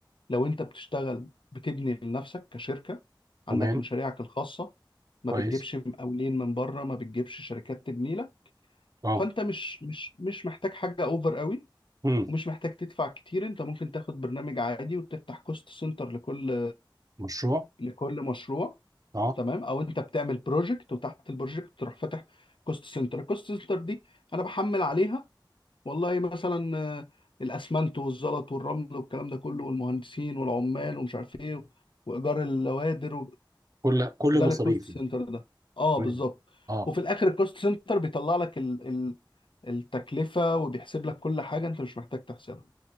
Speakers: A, on the left; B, on the right.
A: لو انت بتشتغل بتبني لنفسك كشركه عندك
B: تمام
A: مشاريعك الخاصه ما
B: كويس
A: بتجيبش مقاولين من بره ما بتجيبش شركات تبني لك
B: اه
A: فانت مش مش مش محتاج حاجه اوفر قوي
B: امم
A: ومش محتاج تدفع كتير انت ممكن تاخد برنامج عادي وتفتح كوست سنتر لكل
B: مشروع
A: لكل مشروع
B: اه
A: تمام او انت بتعمل بروجكت وتحت البروجكت تروح فاتح كوست سنتر الكوست سنتر دي انا بحمل عليها والله مثلا آه، الاسمنت والزلط والرمل والكلام ده كله والمهندسين والعمال ومش عارف ايه وايجار اللوادر
B: كل كل
A: ده
B: مصاريفي
A: للكوست سنتر ده اه
B: تمام
A: بالظبط
B: اه
A: وفي الاخر الكوست سنتر بيطلع لك ال... ال... التكلفه وبيحسب لك كل حاجه انت مش محتاج تحسبها